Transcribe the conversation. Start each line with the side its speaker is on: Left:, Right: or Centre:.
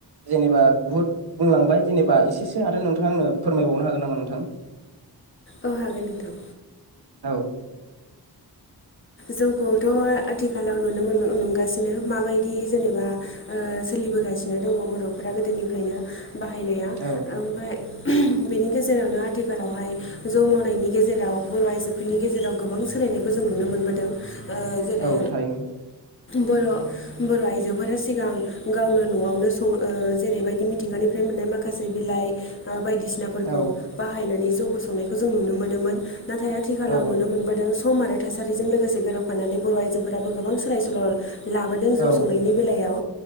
Right: जेनेबा बुहुद बुंलांबाय जेनेबा एसेसो आरो नोंथाङा आंनो फोरमायबावनो हागोन नामा नोंथां
Left: औ हागोन नोंथां
Right: औ
Left: जौ खौथ' आथिखालाव नुनो मोन नुगासिनो माबायदि जेनेबा सोलिबोगासिनो दङ बर'फोरा गोदोनिफ्रायनो बाहायनाया
Right: औ
Left: ओमफ्राय बेनि गेजेरावनो आथिखालावहाय जौ मावनायनि गेजेराव बर' आइजोफोरनि गेजेराव गोबां सोलायनायखौ जों नुनो मोनबोदों जेरै
Right: औ थारैनो
Left: बर' बर' आइजोफोरा सिगां गावनो न'आवनो सं जेरैबायदि मिथिंगानि ओमफ्राय मोननाय माखासे बिलाइ बायदिसिनाफोरखौ
Right: औ
Left: बाहायनानै जौ फसंनायखौ जों नुनो मोनोमोन नाथाय आथिखालाव
Right: औ
Left: नुनो मोनबोदों खौ आरो थासारिजों लोगोसे गोरोबफानानै बर' आइजोफोराबो गोबां सोलाय सोल' लाबोदों
Right: औ
Left: जौ संनायनि बेलायाव